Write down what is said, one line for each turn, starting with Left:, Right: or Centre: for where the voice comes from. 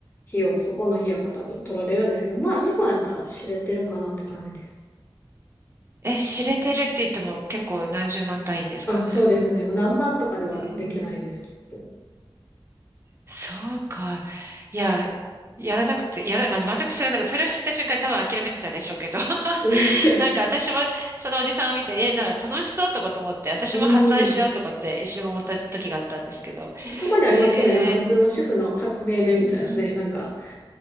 Left: 費用、そこの費用が多分取られるんですけど、まあ、日本やったら知れてるかなって感じです。
Right: え、知れてるって言っても結構何十万単位ですかね。
Left: あ、そうですね。もう何万とかではできないです、
Right: へえ。
Left: きっと。
Right: そうか。いや、やらなくて、やら、まあ、全く知らなくて、それを知った瞬間多分諦めてたでしょうけど。<laughs>
Left: <laughs>
Right: なんか私もそのおじさんを見て、え、なんか楽しそうとかと思って、私も発案しようとかって一瞬思った時があったんですけど、
Left: うん。たまにありますよね。
Right: へ
Left: なんか普通の主婦の発明でみたいなね。
Right: え、うんうん。
Left: なんか、